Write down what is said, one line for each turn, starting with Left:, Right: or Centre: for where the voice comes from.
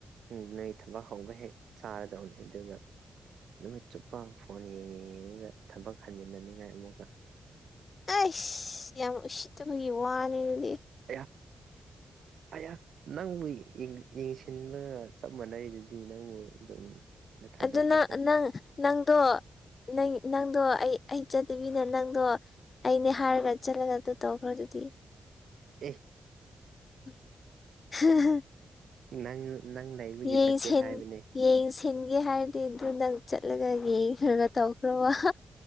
Right: ꯎꯝ ꯅꯣꯏ ꯊꯕꯛ ꯍꯧꯕ ꯍꯦꯛ ꯆꯥꯔꯗꯧꯅꯤ ꯑꯗꯨꯒ ꯅꯨꯃꯤꯠ ꯆꯨꯞꯄ ꯐꯣꯟ ꯌꯦꯡꯉꯦ ꯌꯦꯡꯉꯒ ꯊꯕꯛ ꯍꯟꯖꯤꯟꯅꯅꯤꯡꯉꯥꯏ ꯑꯃꯨꯛꯀꯥ
Left: ꯑꯩꯁ ꯌꯥꯝ ꯎꯁꯤꯠꯇꯕꯒꯤ ꯋꯥꯅꯤ ꯑꯗꯨꯗꯤ
Right: ꯑꯌꯥ ꯑꯌꯥ ꯅꯪꯕꯨ ꯌꯦꯡ ꯌꯦꯡꯁꯤꯟꯕꯒ ꯆꯞ ꯃꯥꯟꯅꯔꯤꯗꯨꯗꯤ ꯅꯪꯕꯨ ꯑꯗꯨꯝ ꯅꯊꯟꯗ
Left: ꯑꯗꯨꯅ
Right: ꯊꯥꯗꯣꯛ
Left: ꯅꯪ ꯅꯪꯗꯣ ꯅꯪ ꯅꯪꯗꯣ ꯑꯩ ꯑꯩ ꯆꯠꯇꯕꯤꯗ ꯅꯪꯗꯣ ꯑꯩꯅꯦ ꯍꯥꯏꯔꯒ ꯆꯠꯂꯒ ꯑꯗꯨ ꯇꯧꯈ꯭ꯔꯥꯗꯨꯗꯤ
Right: ꯑꯦ
Left: ꯍꯦ ꯍꯦ
Right: ꯅꯪ ꯅꯪ ꯂꯩꯕꯒꯤ
Left: ꯌꯦꯡꯁꯤꯟ
Right: ꯆꯠꯀꯦ ꯍꯥꯏꯕꯅꯦ
Left: ꯌꯦꯡꯁꯤꯟꯒꯦ ꯍꯥꯏꯔꯗꯤ ꯑꯗꯨ ꯅꯪ ꯆꯠꯂꯒ ꯌꯦꯡꯈ꯭ꯔꯒ ꯇꯧꯈ꯭ꯔꯣꯕ